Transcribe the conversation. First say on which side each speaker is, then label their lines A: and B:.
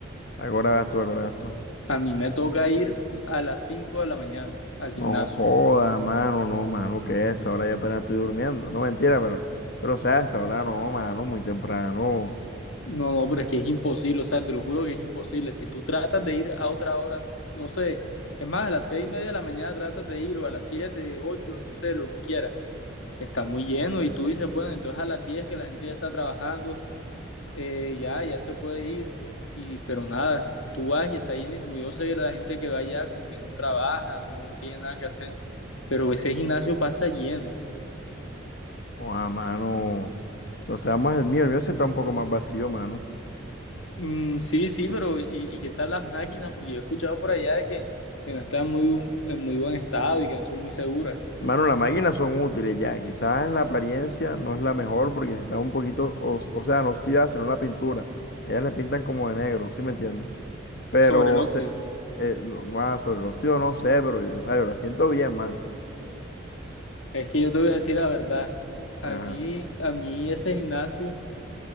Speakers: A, on the left; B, on the left.
A: Acordás tú, acordás tú.
B: A mí me toca ir a las 5 de la mañana al gimnasio.
A: No joda, mano, no, mano, ¿qué es? Ahora ya apenas estoy durmiendo. No, mentira, pero, pero, o sea, a no, mano, muy temprano.
B: No, no, pero es que es imposible, o sea, te lo juro que es imposible. Si tú tratas de ir a otra hora, no sé, es más, a las 6 y media de la mañana tratas de ir, o a las 7, 8, no sé, lo que quieras. Está muy lleno y tú dices, bueno, entonces a las 10 que la gente ya está trabajando, eh, ya, ya se puede ir, y, pero nada, tú vas y está llenísimo. Yo sé que la gente que va allá como que no trabaja, no, no tiene nada que hacer, pero ese gimnasio pasa lleno.
A: O a mano. Entonces, vamos el mío, el mío sí está un poco más vacío, mano.
B: Mm, sí, sí, pero ¿y, y qué tal las máquinas? Porque yo he escuchado por allá que, que no están muy, bu- en muy buen estado y que no son muy seguras
A: Mano, las máquinas son útiles ya. Quizás en la apariencia no es la mejor porque si está un poquito, o, o sea, no oxidada, sino la pintura. Ellas le pintan como de negro, ¿sí me entiendes? Pero,
B: sobre el óxido.
A: se, eh, no, ah, sobre el óxido no sé, pero yo, o sea, yo la siento bien, mano.
B: Es que yo te voy a decir la verdad,
A: Ajá.
B: a mí, a mí ese gimnasio